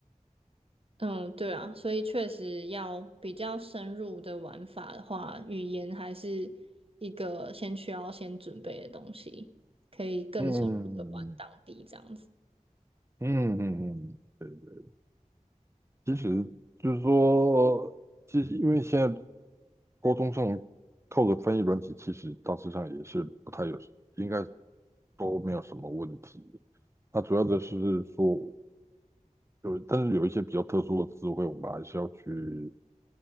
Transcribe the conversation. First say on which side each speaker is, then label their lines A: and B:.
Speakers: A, on the right; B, on the right.
A: 嗯，对啊，所以确实要比较深入的玩法的话，语言还是一个先需要先准备的东西，可以更深入的玩当地这样子。
B: 嗯嗯嗯，嗯，对对，其实就是说，其实因为现在沟通上靠着翻译软体，其实大致上也是不太有，应该都没有什么问题。那主要的是说，有，但是有一些比较特殊的词汇，我们还是要去